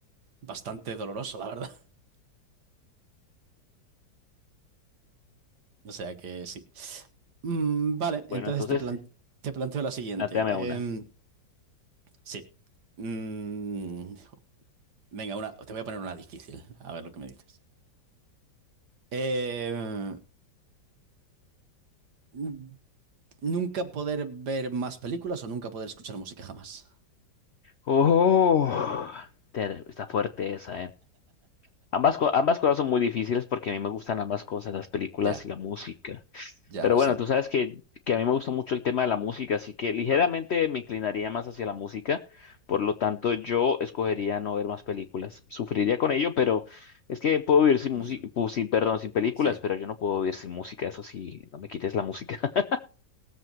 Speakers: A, on the right (about 65°); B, on the left (about 85°).
A: bastante doloroso, la verdad. <laughs> O sea que sí. Mm, vale, entonces
B: Bueno, entonces,
A: te, plan- te planteo la siguiente.
B: plantéame
A: Em,
B: una.
A: sí. Mm, venga, una, te voy a poner una difícil, a ver lo que me dices. Em, n- nunca poder ver más películas o nunca poder escuchar música jamás.
B: Oh, ter- está fuerte esa, ¿eh? Ambas, co- ambas cosas son muy difíciles porque a mí me gustan ambas cosas, las películas
A: Ya,
B: y la música.
A: ya
B: Pero
A: lo
B: bueno,
A: sé.
B: tú sabes que, que a mí me gusta mucho el tema de la música, así que ligeramente me inclinaría más hacia la música. Por lo tanto, yo escogería no ver más películas. Sufriría con ello, pero es que puedo vivir sin
A: Ujú.
B: música, sin, perdón, sin películas,
A: Sí,
B: pero yo no puedo vivir sin música. Eso sí, no me quites la música. <laughs>